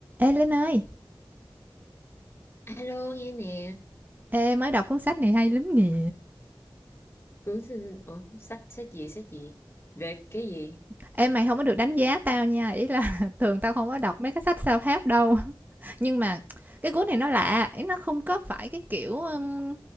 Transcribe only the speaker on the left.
Alo nghe nè
cuốn sách Ủa, sách sách gì sách gì về cái gì